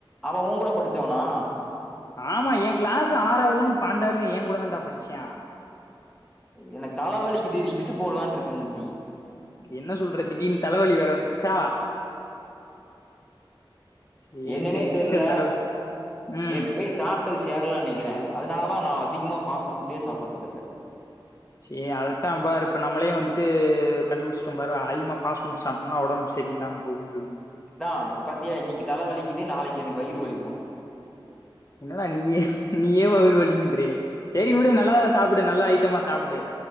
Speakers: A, in the centre; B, on the left.
A: அவ உங்கூட படிச்சவனா
B: ஆமா எ கிளாஸ் ஆறாவதுலிர்ந் பாண்டாரு எங்கூட தான்டா படிச்சா
A: எனக் தலவளிக்குது விக்ஸ்சு போட்லான் இருக்க மச்சி
B: என்ன சொல்ற திடீர்ன் தலவலி வேற வந்துருச்சா சேரி
A: என்னனே
B: சேரி
A: தெர்ல
B: விக்ஸ தடவு ம்
A: நேத்து பேஸ் சாப்ட்டது சேர்லன் நெனைக்கிறே அதனால தா நா அதிகமா பாஸ்ட் ஃபுட்டே சாப்பட்றதில்ல
B: சே அதத்தா பாரு இப்ப நம்ளே வந்துட்டு கண்டுபிடிச்சுட்டோ பாரு அதிகமா பாஸ்ட் ஃபுட் சாப்ட்னா ஒடம்பு செரியில்லாம பொய்யு சொல்லி
A: இதா பாத்தியா இன்னிக்கு தல வலிக்குது நாளைக்கு எனக்கு வயிறு வலிக்கு
B: என்னடா நீயே நீயே வவுறு வலிகுன்றியே சேரி வுடு நல்லாத சாப்புடு நல்ல ஐட்டமா சாப்புடு